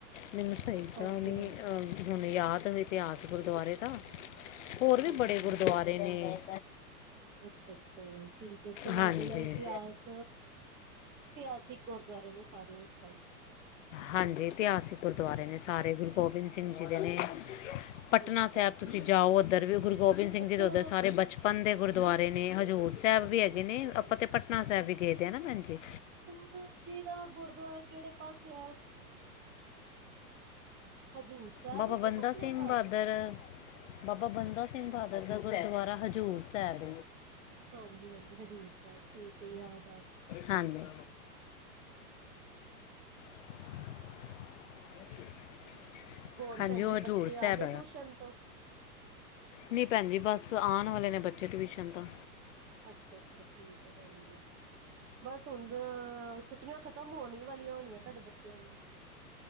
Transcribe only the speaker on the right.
ਹਾਂਜੀ
ਹਾਂਜੀ
ਹਾਂਜੀ
ਅੱਛਾ -ਅੱਛਾ ਠੀਕ ਏ, ਚਲੋ
ਬਈ ਇਤਿਹਾਸ ਇਤਿਹਾਸਿਕ ਗੁਰਦੁਆਰੇ ਨੇ, ਸਾਰੇ ਉਸ ਸਾਈਡ।
ਅੱਛਾ
ਅੱਛਾ
ਅੱਛਾ
ਅੱਛਾ
ਅੱਛਾ
ਓਹ ਜੇੜਾ ਗੁਰਦੁਆਰਾ ਕਿਹੜੇ ਪਾਸੇ ਏ? ਹਜ਼ੂਰ ਸਾਹਿਬ
ਹੈ
ਕਿ ਪਟਨਾ
ਸਾਹਿਬ
ਹੈ
ਹਾਂਜੀ ਹਾਂਜੀ ਹਜ਼ੂਰ ਸਾਹਿਬ ਠੀਕ ਏ। ਯਾਦ ਆ ਗਿਆ।
ਹੋਰ
ਭੈਨ
ਜੀ
ਬੱਚੇ
ਆ ਗਏ ਟਊਸ਼ਨ ਤੋ।
ਅਛਾ- ਅਛਾ ਠੀਕ ਹੈ। ਭੈਨ ਜੀ ਬਸ ਹੁਣ ਅ ਛੁੱਟੀਆ ਖ ਖਤਮ ਹੋਣ ਹੀ ਵਾਲੀਆਂ ਹੋਣੀਆਂ ਤੁਹਾਡੇ ਬੱਚਿਆਂ ਦੀਆ